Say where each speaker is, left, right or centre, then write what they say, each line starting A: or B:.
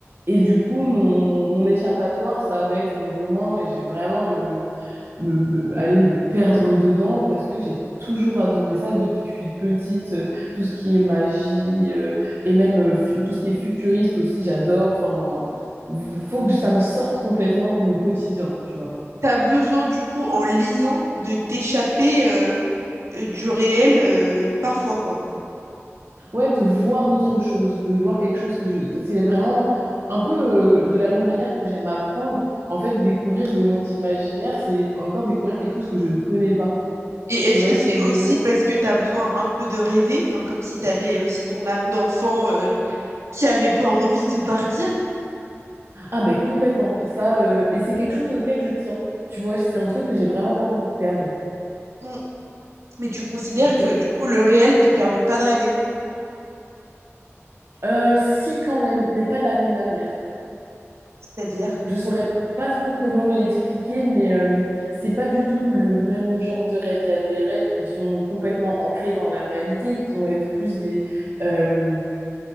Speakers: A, on the right; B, on the right.
A: Et du coup, mon, mon échappatoire, ça va être mes romans et je vais vraiment me, me, me- aller me perdre dedans parce que j'ai toujours adoré ça depuis que je suis petite. euh, tout ce qui est magie euh, et même euh, fu- tout ce qui est futuriste aussi, j'adore. Enfin, v- faut que ça me sorte complètement de mon quotidien, tu vois.
B: T'as besoin, du coup, en lisant, de t'échapper, euh, heu, du réel, heu, parfois, quoi.
A: Ouais, de voir autre chose, de voir quelque chose que je... C'est vraiment un peu euh, de la même manière que j'aime apprendre. En fait, découvrir des mondes imaginaires, c'est encore découvrir quelque chose que je ne connais pas.
B: Et est-ce
A: Tu vois
B: que
A: ce
B: c'est
A: que je
B: aussi
A: veux dire?
B: parce que t'as besoin un peu de rêver? Enfin, comme si t'avais aussi ton âme d'enfant, heu, qui avait pas envie de partir?
A: Ah, mais complètement. Ça, euh, et c'est quelque chose auquel je tiens. Tu vois, c'est un truc que j'ai vraiment pas envie de perdre.
B: Mmh, mais tu considères
A: Donc,
B: que, du coup, le réel te permet pas de rêver?
A: euh, si, quand même, mais pas de la même manière.
B: C'est-à-dire?
A: Je saurais pas trop comment l'expliquer, mais euh, c'est pas du tout le même genre de rêve. Il y a des rêves qui sont complètement ancrés dans la réalité, qui vont être plus des, euh,